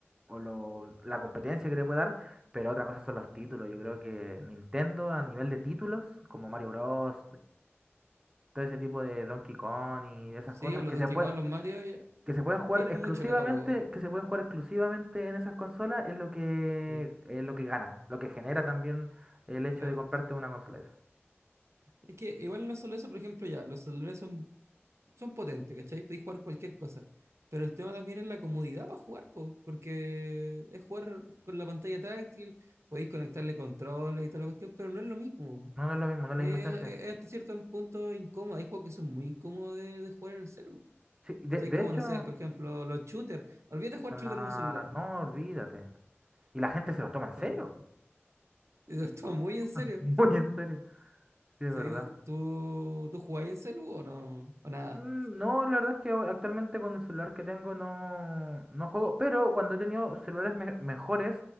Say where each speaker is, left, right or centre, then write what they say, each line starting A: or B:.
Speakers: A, on the right; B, on the right.
A: o lo, la competencia que le puede dar. Pero otra cosa son los títulos. Yo creo que Nintendo a nivel de títulos, como Mario Bros. todo ese tipo de Donkey Kong y esas
B: Sí,
A: cosas
B: o los
A: que
B: Donkey
A: se pueden
B: Kong, los Mario, ya,
A: que se pueden jugar
B: tienen
A: exclusivamente,
B: mucho catálogo.
A: que se pueden jugar exclusivamente en esas consolas es lo que
B: Sí,
A: es lo que gana, lo que genera también el hecho
B: claro.
A: de comprarte una consola de esas.
B: Es que igual no solo eso, por ejemplo, ya, los celulares son, son potentes, ¿cachai? Podéis jugar cualquier cosa. Pero el tema también es la comodidad para jugar, po, porque es jugar con la pantalla táctil, podéis conectarle controles y toda la cuestión, pero no es lo mismo.
A: No, no es lo mismo, no es
B: Eh,
A: la misma esencia.
B: eh, hasta cierto punto incómodo. Hay juegos que son muy incómodos de, de jugar en el celular.
A: Sí, de,
B: Estoy
A: de
B: como,
A: hecho,
B: no sé, por ejemplo, los shooters. Olvídate de jugar
A: ah,
B: shooter en un celular.
A: no, olvídate. Y la gente se los toma en
B: Son,
A: serio,
B: <laughs> esto muy en
A: <laughs>
B: serio.
A: muy en serio. Sí, es
B: Sí,
A: verdad.
B: ¿Tú, tú jugáis en celu o no? O nada.
A: Mm, No, la verdad es que ahora- actualmente con el celular que tengo no, no juego, pero cuando he tenido celulares me- mejores